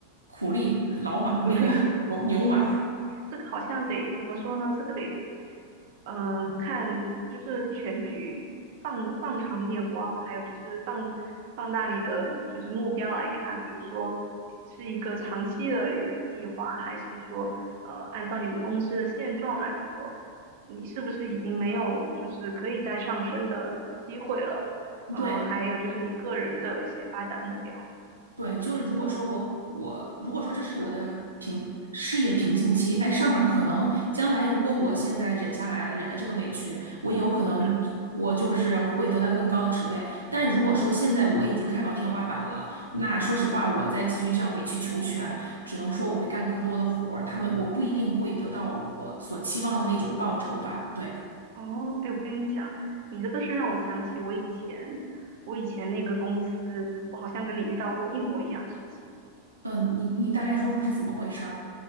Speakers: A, on the right (about 80°); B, on the right (about 50°).
A: 苦力老马那个牛牛马，
B: 鼓励。这个好像得怎么说呢？这个得，嗯、看就是全局，放放长眼光，还有就是放放大你的就是目标来看，比如说是一个长期的一个计划，还是说呃按照你们公司的现状来说，你是不是已经没有就是可以再上升的机会了？嗯、
A: 对，
B: 还有就是你个人的一些发展目标，
A: 对，就是如果说我我如果说这是我的平事业瓶颈期，哎，上面儿可能将来如果我现在忍下来了，忍了这个委屈，我有可能我就是会得到更高的职位。
B: 嗯。
A: 但是如果说现在我已经看到天花板了，那说实话，我再继续这样委曲求全，只能说我会干更多的活儿，他们我不一定会得到我所期望的那种报酬吧。对，
B: 哦，哎，我跟你讲，你这个是让我想起我以前，我以前那个公司，我好像跟你遇到过一模一样的事情。
A: 嗯，你你大概说说是怎么回事儿？